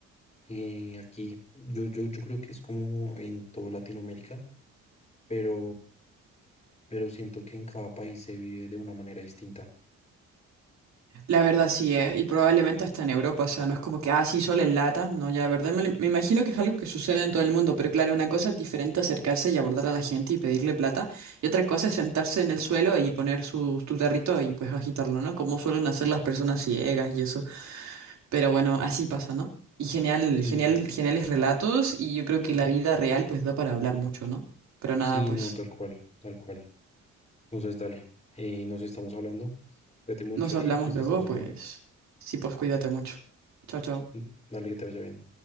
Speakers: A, on the left (about 20°); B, on the right (about 65°).
A: Eh, aquí, yo, yo, yo creo que es como en toda Latinoamérica, pero, pero siento que en cada país se vive de una manera distinta.
B: La verdad sí, ¿eh? Y probablemente hasta en Europa, o sea, no es como que, ah, sí, solo en LATAM, no, ya la verdad me, lo- me imagino que es algo que sucede en todo el mundo, pero claro, una cosa es diferente acercarse y abordar a la gente y pedirle plata, y otra cosa es sentarse en el suelo y poner su, tu tarrito y pues agitarlo, ¿no? Como suelen hacer las personas ciegas y eso, pero bueno, así pasa, ¿no? Y genial,
A: Sí,
B: genial, geniales relatos, y yo creo que la vida real pues da para hablar mucho, ¿no? Pero nada,
A: sí,
B: pues,
A: no, tal cual, tal cual. Entonces, dale, eh, nos estamos hablando, cuídate mucho
B: nos
A: y
B: hablamos
A: pues
B: luego,
A: estamos en
B: pues,
A: contacto.
B: sí, pues cuídate mucho. Chao, chao.
A: Mm, Dale, que te vaya bien.